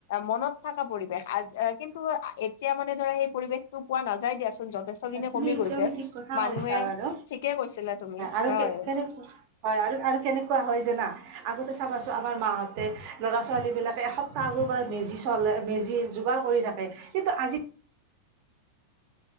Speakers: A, on the left (about 55°); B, on the right (about 45°).
A: মনত থকা পৰিৱেশ আ কিন্তু এতিয়া মানে ধৰা সেই পৰিৱেশ টো পোৱা নাযায় দিয়া চ। যথেষ্টখিনি
B: তুমি
A: কমি
B: একদম
A: গৈছে,
B: ঠিক কথা
A: মানুহে
B: কৈছা বাৰু
A: ঠিকে কৈছিলা তুমি
B: আৰু
A: হয়
B: কে কেনেকুৱা হয় আৰু আৰু কেনেকুৱা হয় জানা, আগতে। খা পাছোঁ আমাৰ মাহঁতে ল'ৰা-ছোৱালী বিলাকে এসপ্তাহ আগৰ পৰা মেজি চলে মেজি যোগাৰ কৰি থাকে। কিন্তু আজি।